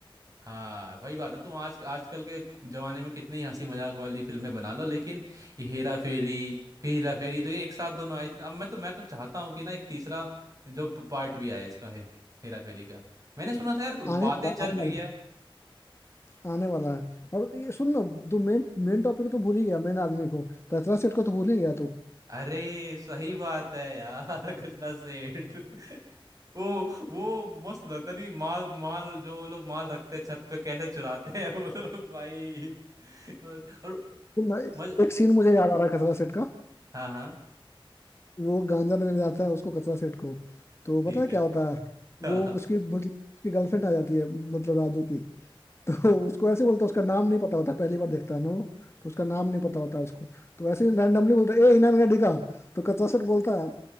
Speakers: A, on the right (about 40°); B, on the left (about 30°).
A: हाँ वही बात है तुम आज आजकल के जमाने में कितनी हंसी मजाक वाली फिल्में बना लो लेकिन ये हेरा फेरी फिर हेरा फेरी तो ये एक साथ दोनों आई थी ना। अब मैं तो मैं तो चाहता हूँ कि ना एक तीसरा जो पार्ट भी आए इसका हे, हेरा फेरी का मैंने सुना था यार
B: आने
A: बातें
B: वाला
A: चल
B: आने
A: रही
B: वाला
A: है
B: है आने वाला है और ये सुन ना तू मेन मेन टॉपिक तो भूल ही गया मेन आदमी को खतरा सेठ को तो भूल ही गया तू
A: अरे सही बात है यार <laughs> कचरा सेठ <laughs> वो वो मस्त लगता नहीं माल माल जो वो लोग माल रखते हैं छत पे कैसे चुराते हैं वो लोग भाई और, और
B: सुन ना,
A: मज
B: एक सीन मुझे याद आ रहा है खतरा सेठ का
A: हाँ हाँ
B: वो गांजा देने जाता है उसको खतरा सेठ को तो
A: ठीक
B: पता है क्या
A: है
B: होता है
A: <laughs>
B: वो उसकी मतलब उसकी गर्लफ्रेंड आ जाती है मतलब राजू की तो उसको ऐसे बोलता है, उसका नाम नहीं पता होता पहली बार देखता है ना वो, तो उसका नाम नहीं पता होता उसको तो ऐसे रैंडमली बोलता है ए इनाम मेरा डिगा तो कचरा सर बोलता है